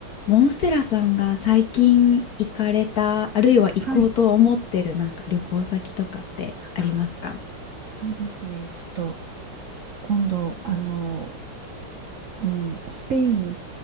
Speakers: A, on the left (about 55°); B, on the right (about 65°).
A: モンステラさんが最近行かれた、あるいは行こうと思ってるなんか旅行先とかってありますか
B: はい。あそうですね。ちょっと、今度、あの、うん、スペイン